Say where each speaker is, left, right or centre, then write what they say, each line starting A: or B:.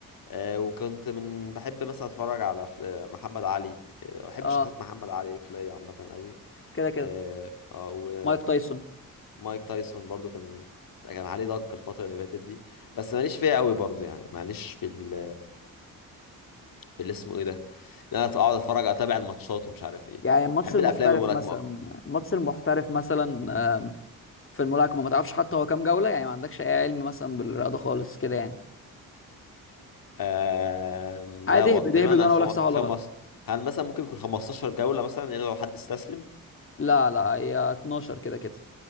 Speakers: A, on the left; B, on the left.
A: آه، وكنت من بحب مثلا اتفرج على أفل- محمد علي آه، بحب
B: اه
A: شخصيات محمد علي كلاي عامه قوي
B: كده كده
A: آه، آه، و
B: مايك تايسون
A: مايك تايسون برضو كان كان عليه ضجه الفتره اللي فاتت دي بس ماليش فيها قوي برضو يعني ماليش في ال في اللي اسمه ايه ده ان انا اقعد اتفرج اتابع الماتشات ومش عارف ايه
B: يعني الماتش
A: بحب
B: المحترف
A: الافلام الملاكمه
B: مثلا
A: اكتر
B: الماتش المحترف مثلا آم، في الملاكمه ما تعرفش حتى هو كام جوله يعني ما عندكش اي علم مثلا بالرياضه خالص كده يعني
A: آم،
B: عادي
A: لا والله
B: اهبد
A: تقريبا
B: اهبد
A: أنا
B: وانا
A: خم-
B: اقول لك صح ولا
A: خمس
B: غلط
A: هل مثلا ممكن يكون 15 جوله مثلا الا لو حد استسلم
B: لا لا هي 12 كده كده